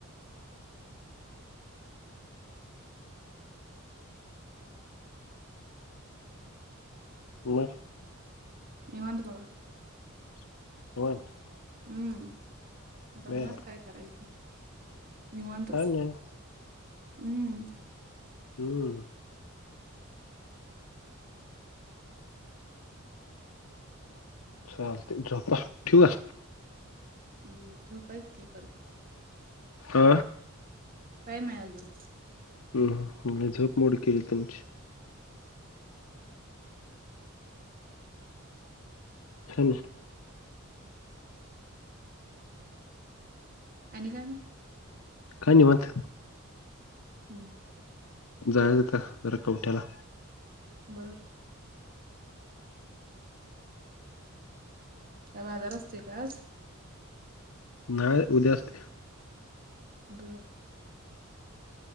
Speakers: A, on the left; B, on the right.
A: मग
B: निवांत बघा
A: <unintelligible>
B: हमं आता
A: बे
B: उन्हात काय करायचं निवांतच
A: काय नाही.
B: हुं
A: हुं चालतंय जा पा ठिऊ काय?
B: हम्म झोपायच की परत
A: आ
B: टाइम हाय आजुन
A: हम् मी झोप मोड केली तुमची हा ना
B: आणि काय मग?
A: काय निवांत
B: हम्म
A: जायच आता जरा कवठ्याला
B: बर काय बाजार असतोय काय आज
A: नाय उद्या असते.
B: बर